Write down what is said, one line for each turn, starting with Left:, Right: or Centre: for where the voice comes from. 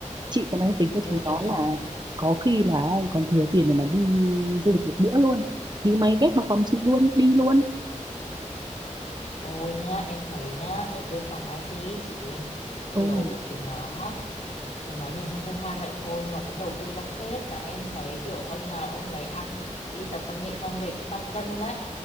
Right: chị còn đang tính cho
Left: Ôi
Right: chúng
Left: em
Right: nó là
Left: thấy,
Right: có khi là còn thừa tiền để mà đi du lịch một bữa luôn thì mày ghép vào phòng chị luôn đi luôn
Left: ôi nhá, em thấy nhá, ở bên phòng IT ý chị,
Right: ừ
Left: kiểu chúng nó, chúng nó nhìn trông không khan vậy thôi nhưng mà cũng đầu tư ra phết mà em thấy kiểu ông nào ông nấy ăn, đi tập văn nghệ xong về cũng tăng cân đấy.